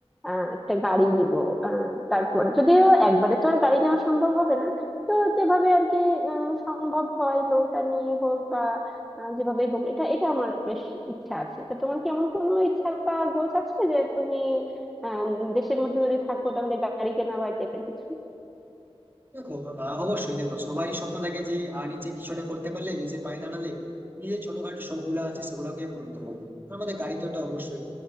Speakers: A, in the centre; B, on the right.
A: আহ একটা গাড়ি নিব আহ তারপর যদিও একবারে তো আর গাড়ি নেওয়া সম্ভব হবে না তো যেভাবে আর কি আহ, সম্ভব হয় লোনটা নিয়ে হোক বা আহ, যেভাবেই হোক এটা এটা আমার বেশ ইচ্ছা আছে তা তোমার কি এমন কোনো ইচ্ছা বা গোলস আছে যে তুমি আহ দেশের মধ্যে যদি থাকো তাহলে গাড়ি কেনা বা এই টাইপের কিছু
B: দেখো আহ, অবশ্যই দেখো সবারই স্বপ্ন থাকে যে আহ, নিজে কিছুটা করতে পারলে নিজে পায়ে দাঁড়ালে নিজের ছোটখাটো শখ গুলো আছে সেগুলোকে পূরণ করবো আমাদের গাড়ি তো ওটা অবশ্যই